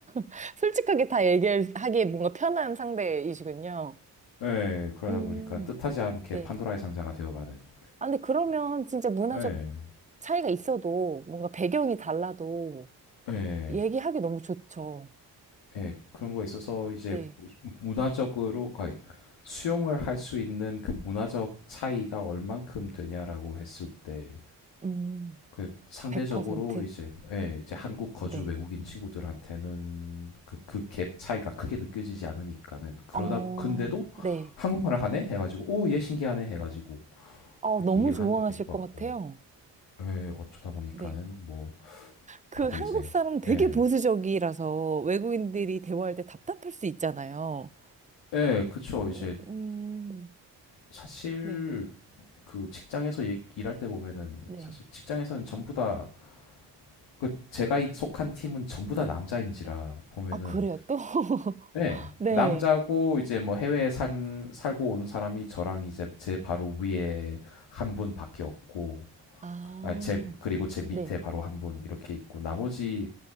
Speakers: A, on the right; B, on the left.
A: <laughs> 솔직하게 다 얘기하기에 뭔가 편한 상대이시군요.
B: 예, 그러다
A: 음,
B: 보니까 뜻하지 않게
A: 네.
B: 판도라의 상자가 되어가는.
A: 아, 근데 그러면 진짜 문화적
B: 예,
A: 차이가 있어도 뭔가 배경이 달라도
B: 예,
A: 얘기하기 너무 좋죠.
B: 예, 그런 거에 있어서 이제
A: 네.
B: 문화적으로 거의 수용을 할 수 있는 그 문화적 차이가 얼만큼 되냐라고 했을 때,
A: 음,
B: 그 상대적으로
A: 100%.
B: 이제 예, 이제 한국 거주
A: 네.
B: 외국인 친구들한테는 그 그 갭 차이가 크게 느껴지지 않으니까는 그러다
A: 어,
B: 근데도
A: 네.
B: 한국말을 하네 해가지고 오 얘 신기하네 해가지고
A: 어,
B: 이렇게
A: 너무
B: 얘기를
A: 좋아하실
B: 하는 것도 있는 것
A: 것
B: 같고
A: 같아요.
B: 예, 어쩌다 보니까는
A: 네.
B: 뭐
A: 그
B: 다들
A: 한국
B: 이제
A: 사람 되게
B: 예.
A: 보수적이라서 외국인들이 대화할 때 답답할 수 있잖아요.
B: 예, 그쵸.
A: 음,
B: 이제
A: 음,
B: 사실
A: 네,
B: 그 직장에서 일- 일할 때 보면은
A: 네.
B: 사실 직장에서는 전부 다 그 제가 이- 속한 팀은 전부 다 남자인지라 보면은
A: 아, 그래요, 또? <laughs>
B: 예,
A: 네.
B: 남자고 이제 뭐 해외에 산 살고 온 사람이 저랑 이제 제 바로 위에 한 분밖에 없고
A: 아,
B: 아, 제 그리고 제 밑에
A: 네,
B: 바로 한 분 이렇게 있고 나머지